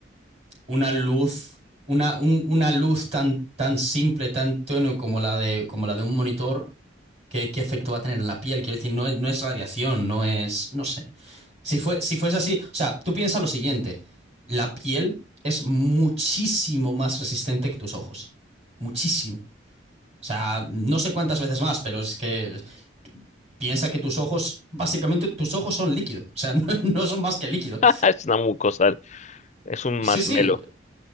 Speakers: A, on the right; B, on the left.
A: una luz, una, un- una luz tan, tan simple, tan tenue como la de, como la de un monitor, ¿qué, qué efecto va a tener en la piel? Quiero decir, no es, no es radiación, no es, no sé. Si, fue, si fuese así, o sea, tú piensa lo siguiente, la piel es muchísimo más resistente que tus ojos, muchísimo. O sea, no sé cuántas veces más, pero es que piensa que tus ojos, básicamente tus ojos son líquido, o sea, <laughs> no, no son más que líquido.
B: Es una mucosa, es un
A: Sí,
B: masmelo.
A: sí,